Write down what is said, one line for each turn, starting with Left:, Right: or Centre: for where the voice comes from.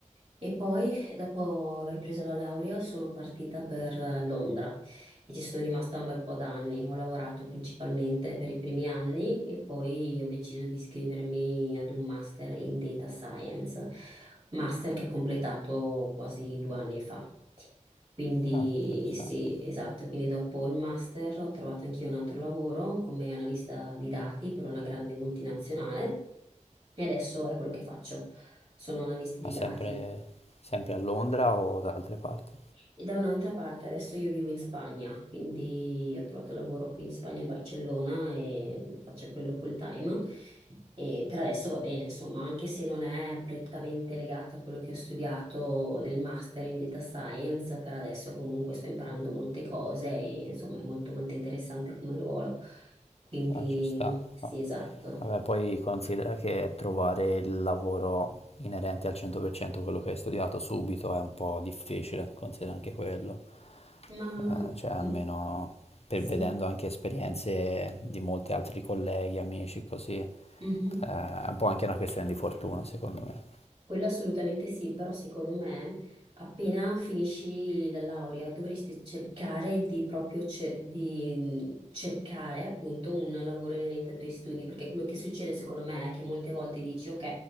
Right: e poi, dopo aver preso la laurea, sono partita per eh, Londra e ci sono rimasta un bel po' d'anni. Ho lavorato principalmente per i primi anni e poi ho deciso di iscrivermi ad un master in data science, master che ho completato quasi due anni fa. Quindi
Left: Ah, interessante.
Right: sì, esatto, quindi dopo il master ho trovato anch'io un altro lavoro come analista di dati per una grande multinazionale e adesso è quello che faccio. Sono analista di
Left: Ma sempre,
Right: dati
Left: sempre a Londra o da altre parti?
Right: e da un'altra parte, adesso io vivo in Spagna, quindi ho trovato lavoro qui in Spagna, a Barcellona e faccio quello full time. E per adesso va bene, insomma, anche se non è prettamente legato a quello che ho studiato nel master in data science, per adesso comunque sto imparando molte cose e insomma è molto molto interessante come ruolo. Quindi
Left: Ah, ci sta.
Right: sì,
Left: Ah.
Right: esatto.
Left: Vabbè, poi considera che trovare il lavoro inerente al 100% quello che hai studiato subito è un po' difficile, considera anche quello.
Right: Ma mm,
Left: Eh, cioè, almeno per-
Right: sì.
Left: vedendo anche esperienze di molti altri colleghi, amici, così, eh,
Right: mhm.
Left: è un po' anche una questione di fortuna, secondo me.
Right: Quello assolutamente sì, però secondo me appena finisci la laurea dovresti cercare di proprio cer- di cercare appunto un lavoro inerente ai tuoi studi, perché quello che succede secondo me è che molte volte dici ok,